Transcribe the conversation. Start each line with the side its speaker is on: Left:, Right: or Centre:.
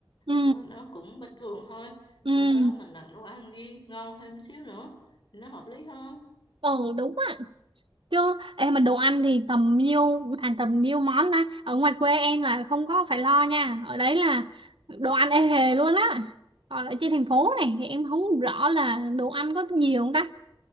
Right: ừ
Left: mà nó cũng bình thường thôi
Right: ừ
Left: rồi sau đó mình đặt đồ ăn ghi ngon thêm xíu nữa nó hợp lý hơn
Right: ờ đúng á chứ em mà đồ ăn thì tầm nhiêu bàn tầm nhiêu món ta ở ngoài quê em là không có phải lo nha ở đấy là đồ ăn ê hề luôn á còn ở trên thành phố này thì em không rõ là đồ ăn có nhiều không ta